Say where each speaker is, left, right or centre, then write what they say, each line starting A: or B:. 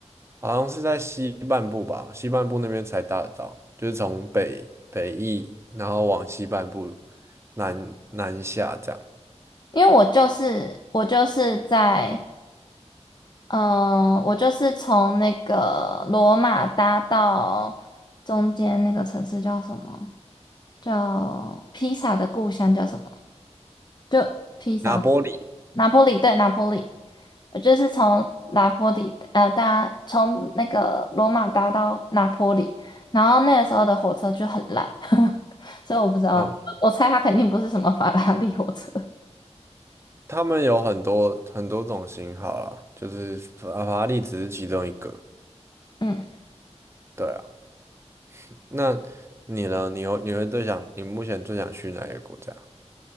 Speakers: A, on the right; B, on the left.
A: 好像是在西半部吧，西半部那边才搭得到，就是从北北翼，然后往西半部南南下这样。
B: 因为我就是我就是在嗯、呃我就是从那个罗马搭到中间那个城市叫什么？叫披萨的故乡叫什么？就披萨，
A: 拿玻里，
B: 拿坡里，对，拿坡里，我就是从拿坡里呃搭从那个罗马搭到拿坡里，然后那个时候的火车就很烂，<laughs> 所以我不知道，
A: 嗯，
B: 我我猜它肯定不是什么法拉利火车。
A: 他们有很多很多种型号啦，就是法法拉利只是其中一个。
B: 嗯
A: 对啊，那你呢？你有你会最想你目前最想去哪一个国家？